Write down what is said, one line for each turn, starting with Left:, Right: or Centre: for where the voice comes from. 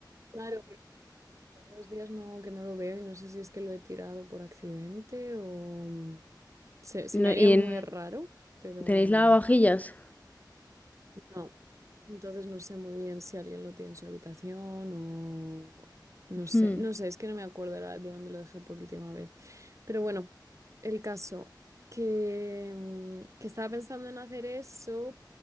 Right: Claro, pero que desde hace dos días no, que no lo veo y no sé si es que lo he tirado por accidente o... mm, Se, se
Left: No,
Right: me haría
Left: ¿Y
Right: muy
Left: en...
Right: raro, pero
Left: tenéis
Right: mm,
Left: lavavajillas?
Right: no. Entonces no sé muy bien si alguien lo tiene en su habitación o no sé,
Left: Hmm,
Right: no sé, es que no me acuerdo ahora de dónde lo dejé por última vez. Pero bueno, el caso que, mm, que estaba pensando en hacer eso,